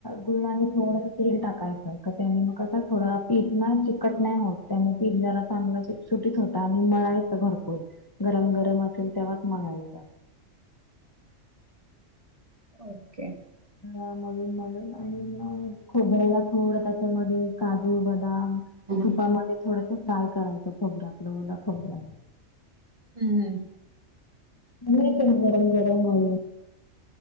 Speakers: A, on the left; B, on the right.
A: गुळ आणि थोडस तेल टाकायचं का त्यानी मग कसं थोडं पीठ ना चिकट नाही होत त्याने पीठ जरा चांगलं सुटीत होत आणि मळायच भरपूर गरम गरम असेल तेव्हाच मळायच
B: ओके.
A: ह मळून मळून आणि मग खोबऱ्याला थोड त्याच्यामध्ये काजू बदाम
B: हम्म.
A: तुपामध्ये थोडंसं फ्राय करायचं खोबर्या आपलं ओ खोबऱ्या
B: हम्म हम्म
A: म प गरम गरम हो